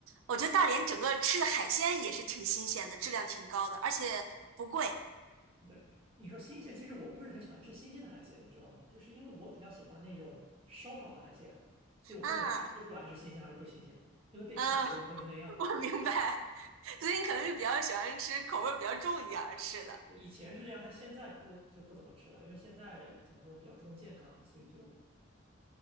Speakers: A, on the right; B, on the right.
A: 我觉得大连整个吃的海鲜也是挺新鲜的，质量挺高的，而且不贵
B: 对，你说新鲜，其实我不是很喜欢吃新鲜的海鲜，你知道吗？就是因为我比较喜欢那种烧烤的海鲜，所以我根本吃不出来是新鲜还是不新鲜，
A: 啊。
B: 因为被烤过了都是那样。
A: 嗯，<laughs> 我明白，<laughs> 所以你可能是比较喜欢吃口味儿比较重一点儿的吃的。
B: 对，以前是这样，但现在不就不怎么吃了，因为现在怎么说比较注重健康，所以就